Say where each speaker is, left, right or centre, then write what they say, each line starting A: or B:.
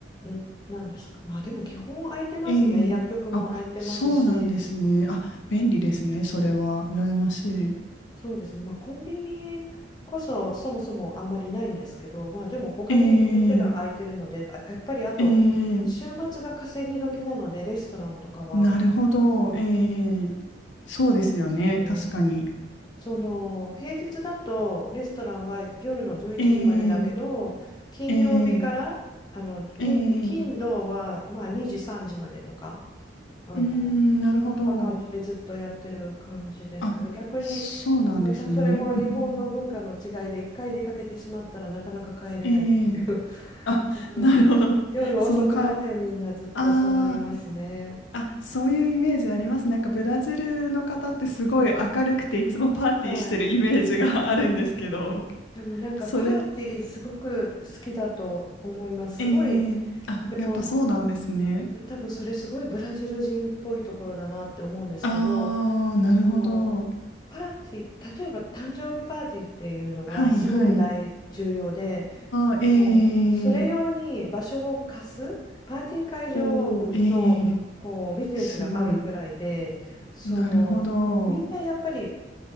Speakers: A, on the left (about 25°); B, on the left (about 85°).
A: んなんですかまあでも基本空いてますね薬局も空いてますし
B: ええあ、そうなんですね。あ、便利ですね。それは。羨ましい。
A: そうですねまあコンビニこそそもそもあんまりないんですけどまあでも他に店が空いてるのであやっぱりあと週末が稼ぎ時なのでレストランとかは
B: ええええなるほど。ええそうですよね。
A: そうですね
B: 確かに。
A: その平日だとレストランは夜の11時までだけど金曜日からあの金、
B: ええええええ
A: 金土はまあ2時3時までとかあのそんな感じでずっとやってる感じですかね逆に
B: うーん、なるほど。あ、そうなんですね。
A: またそれも日本の文化の違いで一回出かけてしまったらなかなか帰れないっていう
B: うんええ
A: <laughs>
B: あ、
A: あの夜遅くまでみんなずっと騒ぎますね。
B: なるほど。そのか、あーあ、そういうイメージあります。なんかブラジルの方ってすごい明るくていつもパーティーしてるイメージがあるんですけど、
A: はい。でもなんかパーティーすごく好きだと思います。
B: それ、え
A: すごいそれも
B: えあ、やっぱそうなんですね。
A: いや、多分それすごいブラジル人っぽいところだなって思うんですけど、
B: ああ、なるほど。
A: そのパーティー、例えば誕生日パーティーっていうのはすごく大重要で、
B: はいはい。ああ、ええ
A: もうそれ用に場所を貸すパーティー会場のこうビジネスがあるくらいで、
B: おおー、ええすごい。
A: そのみんなやっぱり、
B: なるほど。